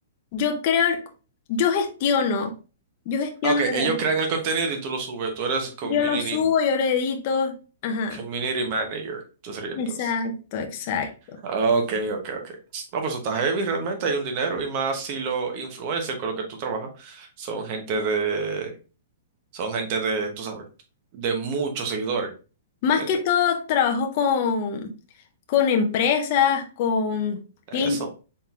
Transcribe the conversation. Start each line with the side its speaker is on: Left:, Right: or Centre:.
Left: Yo creo, el- yo gestiono, yo gestiono
Right: Ah, ok,
Left: las
Right: ellos
Left: redes,
Right: crean el contenido y tú lo subes. Tú eres community,
Left: yo lo subo, yo lo edito, ajá,
Right: community manager. Tú serías
Left: exacto,
Right: entonces.
Left: exacto.
Right: Ah, Ok, ok, ok. No, pues eso está heavy realmente, hay un dinero y más si los influencers con los que tú trabajas son gente de, son gente de, tú sabes, de muchos seguidores.
Left: Más
Right: ¿Entiendes?
Left: que todo trabajo con, con empresas, con...
Right: Eso.
Left: clin-